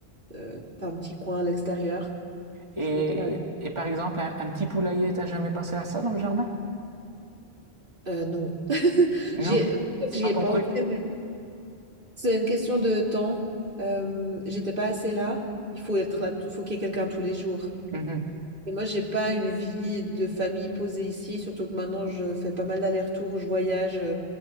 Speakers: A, on the right (about 55°); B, on the right (about 25°).
A: euh, t'as un petit coin à l'extérieur.
B: Et,
A: Je trouve ça agréable.
B: et, et par exemple, un, un petit poulailler, t'as jamais pensé à ça dans le jardin?
A: Euh, non, <laughs>
B: Non?
A: j'y ai,
B: C'est
A: j'y
B: pas
A: ai
B: ton
A: pensé.
B: truc?
A: C'est une question de temps. Euh, j'étais pas assez là. Il faut être là, faut qu'il y ait quelqu'un tous les jours.
B: Mhm.
A: Et moi, j'ai pas une vie de famille posée ici, surtout que maintenant, je fais pas mal d'allers-retours, je voyage euh,